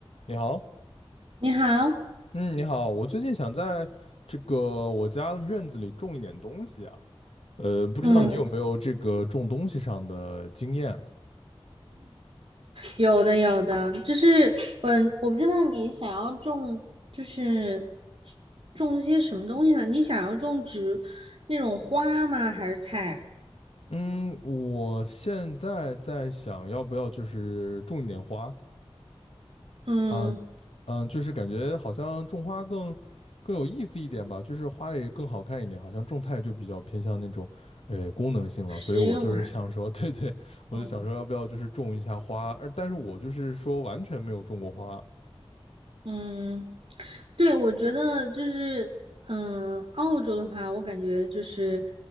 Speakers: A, on the left; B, on the right.
A: 你好，
B: 你好，
A: 嗯，你好，我最近想在这个我家的院子里种一点东西啊，呃，不知道你有没有这个种东西上的经验啊？
B: 嗯，有的有的，就是嗯，我不知道你想要种，就是种一些什么东西呢？你想要种植那种花吗？还是菜？
A: 嗯，我现在在想要不要就是种一点花
B: 嗯，
A: 啊，嗯，就是感觉好像种花更更有意思一点吧，就是花也更好看一点，好像种菜就比较偏向那种呃功能性了，
B: 食用，
A: 所以我就是想说，<laughs> 对对，我就想说要不要就是种一下花，
B: 嗯
A: 呃但是我就是说完全没有种过花。
B: <laughs> 嗯，对，我觉得就是嗯，澳洲的话，我感觉就是